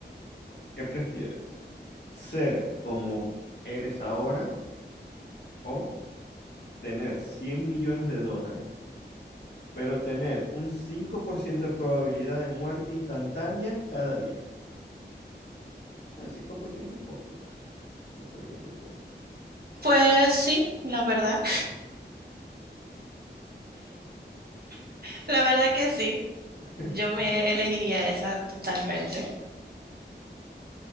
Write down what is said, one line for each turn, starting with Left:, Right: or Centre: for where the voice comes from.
Left: vale. ¿Qué prefieres? ¿Ser como eres ahora o tener 100 millones de dólares, pero tener un 5% de probabilidad de muerte instantánea cada día? El 5% es poquito, no creo que te toque.
Right: Pues sí, la verdad, <laughs> la verdad que sí.
Left: <laughs>
Right: Yo me elegiría esa totalmente.